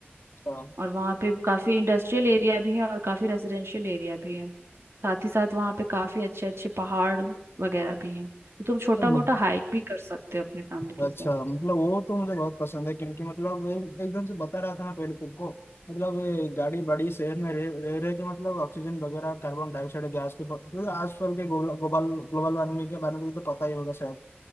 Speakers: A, on the left; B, on the right.
A: अच्छा
B: और वहाँ पे काफी इंडस्ट्रियल एरिया भी है और काफी रेजिडेंशियल एरिया भी है साथ ही साथ वहाँ पे काफी अच्छे अच्छे पहाड़ वगैरह भी हैं तो तुम छोटा
A: तो मु-
B: मोटा हाइक भी कर सकते हो अपनी फैमिली के
A: अच्छा
B: साथ
A: मतलब वो तो मुझे बहुत पसंद है क्योंकि मतलब एक- एकदम से बता रहा था ना पहले तुमको मतलब ये गाड़ी बड़ी शहर में रह रह रहे के मतलब ऑक्सीजन वगैरह कार्बन डाइऑक्साइड गैस के प- मतलब आजकल के ग्लोबल ग्लोबल वार्मिंग के बारे में तो पता ही होगा शायद